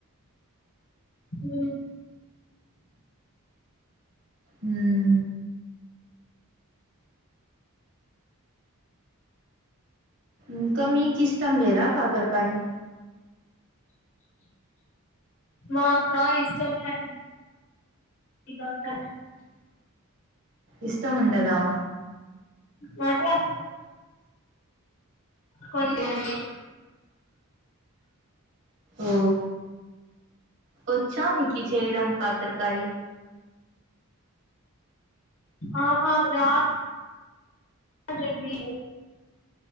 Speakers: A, on the left; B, on the right.
A: ఉ
B: ఉమ్ ఇంకా మీకిష్టం లేదా కాకర్కాయి
A: మాకా ఇష్టమే అండి ఇ కాక
B: ఇష్టం ఉండదా
A: నాకి అంతే కొన్లేదండి
B: ఓ ఒచ్చా మీకి చేయ్డం కాకర్కాయి
A: ఆ ఆ రాద్ రాదండి